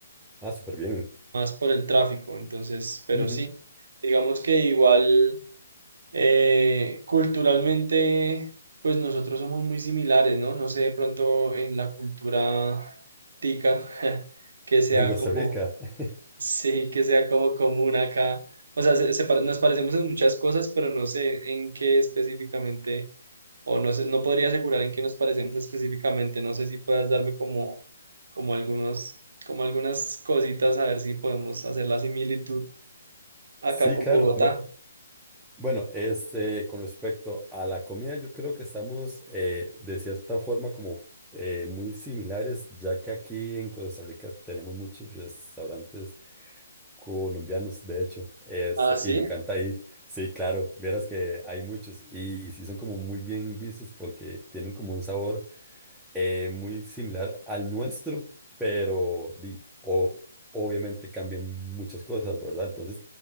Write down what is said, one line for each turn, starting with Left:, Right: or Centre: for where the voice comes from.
Centre: Ah, súper bien.
Right: más por el tráfico, entonces, pero
Centre: Ujú,
Right: sí. Digamos que igual Eh, culturalmente, pues nosotros somos muy similares, ¿no? No sé de pronto en la cultura tica <laughs> que sea
Centre: En Costa
Right: como,
Centre: Rica. <laughs>
Right: sí, que sea como común acá. O sea, se- se pare- nos parecemos en muchas cosas, pero no sé en qué específicamente, o no sé, no podría asegurar en qué nos parecemos específicamente. No sé si puedas darme como, como algunos, como algunas cositas a ver si podemos hacer la similitud acá
Centre: Sí,
Right: con
Centre: claro.
Right: Bogotá.
Centre: Bue- Bueno, este, con respecto a la comida, yo creo que estamos eh, de cierta forma como eh, muy similares, ya que aquí en Costa Rica tenemos muchos restaurantes colombianos, de hecho, este,
Right: Ah, sí.
Centre: y me encanta ir. Sí, claro, vieras que hay muchos y sí son como muy bien vistos porque tienen como un sabor. eh, muy similar al nuestro, pero di- o, obviamente cambian muchas cosas, ¿verdad? Entonces,